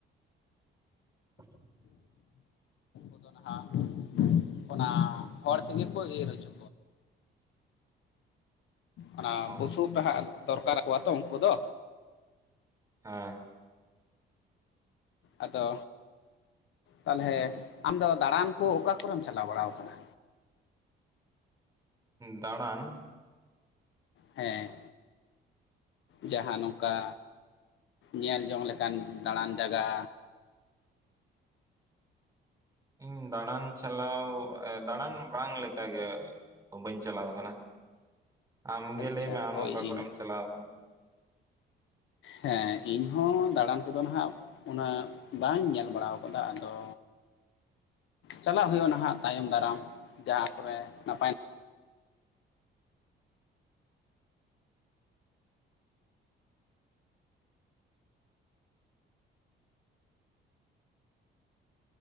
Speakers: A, on the right; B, on the left.
A: <inaudible>
B: ᱠᱩ ᱫᱚ ᱱᱟᱦᱟᱜ, ᱚᱱᱟ ᱦᱚᱲ ᱛᱮᱜᱮ ᱠᱚ ᱤᱨ ᱚᱪᱚ ᱚᱱᱟ
A: ᱚ
B: ᱵᱩᱥᱩᱵ ᱦᱟᱜ ᱫᱚᱨᱠᱟᱨ ᱠᱚᱣᱟ ᱛᱚ ᱩᱱᱠᱩ ᱫᱚ,
A: ᱦᱮᱸ᱾
B: ᱟᱫᱚ ᱛᱟᱞᱦᱮ, ᱟᱢᱫᱚ ᱫᱟᱬᱟᱱ ᱠᱚ ᱚᱠᱟ ᱠᱚᱨᱮᱢ ᱪᱟᱞᱟᱣ ᱵᱟᱲᱟᱣ ᱠᱟᱱᱟ?
A: ᱫᱟᱬᱟᱱ?
B: ᱦᱮᱸ᱾ ᱡᱟᱦᱟᱸ ᱱᱚᱝᱠᱟ ᱧᱮᱞ ᱡᱚᱝ ᱞᱮᱠᱟᱱ ᱫᱟᱬᱟᱱ ᱡᱟᱭᱜᱟ᱾
A: ᱤᱧ ᱫᱟᱬᱟᱱ ᱪᱟᱞᱟᱣ ᱮ ᱫᱟᱬᱟᱱ ᱵᱟᱝ ᱞᱮᱠᱟ ᱜᱮ᱾ ᱛᱚ ᱵᱟᱹᱧ ᱪᱟᱞᱟᱣ ᱠᱟᱱᱟ᱾ ᱟᱢ ᱜᱮ
B: ᱟᱪᱪᱷᱟ
A: ᱞᱟᱹᱭ ᱢᱮ ᱟᱢ
B: ᱦᱳᱭ
A: ᱚᱠᱟ ᱠᱚᱨᱮᱢ
B: ᱤᱧ
A: ᱪᱟᱞᱟᱣ ᱠᱟᱱᱟ?
B: ᱦᱮᱸ ᱤᱧᱦᱚᱸ ᱫᱟᱬᱟᱱ ᱠᱚᱫᱚ ᱱᱟᱦᱟᱜ ᱩᱱᱟᱹᱜ ᱵᱟᱹᱧ ᱧᱮᱞ ᱵᱟᱲᱟᱣ ᱠᱟᱫᱟ ᱟᱫᱚ ᱪᱟᱞᱟᱜ ᱦᱩᱭᱩᱜᱼᱟ ᱱᱟᱦᱟᱜ ᱛᱟᱭᱚᱢ ᱫᱟᱨᱟᱢ ᱡᱟᱦᱟᱸ ᱠᱚᱨᱮ ᱱᱟᱯᱟᱭ